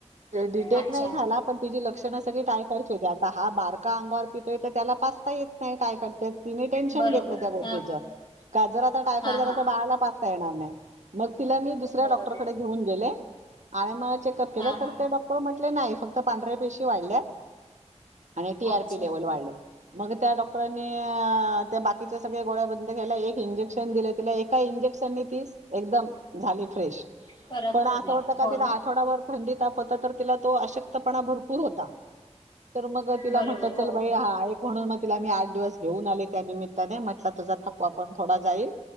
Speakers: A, on the right (about 80°); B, on the left (about 40°).
A: डिटेक
B: अच्छा
A: नाही झाला पण तिची लक्षणं सगळी टायफायड ची होती आता हा बारका अंगावर पितोय तर त्याला काय टेंशन
B: बरोबर
A: घेतलं त्या गोष्टीचं
B: हा
A: का जर आता टायफॉईड
B: हा
A: झाला
B: हा
A: तर बाळाला पाचता येणार नाही मग तिला मी दुसऱ्या
B: बरोबर
A: डॉक्टरकडे घेऊन गेले आणि मग चेकअप केले
B: हा
A: तर
B: हा
A: ते डॉक्टर म्हण नाही फक्त पांढऱ्या पेशी वाढल्यात आणि टी आर
B: अच्छा
A: पी लेवल वाढल्या मग त्या डॉक्टरांनी त्या बाकीच्या सगळ्या गोळ्या बंद केल्या एक इंजेक्शन दिलं तिला एका इंजेक्शन ती एकदम झाली फ्रेश
B: फरक
A: पण असं
B: पडला
A: होत का
B: हो
A: तिला
B: ना
A: आठवडाभर थंडीत हो तर तिला तो अशक्तपणा भरपूर होता तर मग तिला
B: बरोबर
A: म्हटलं चल
B: हो
A: बाई
B: हो
A: हा एक म्हणून मी आठ दिवस घेऊन आले त्या निमित त्याने म्हटलं तुझा थकवा पण थोडा जाईल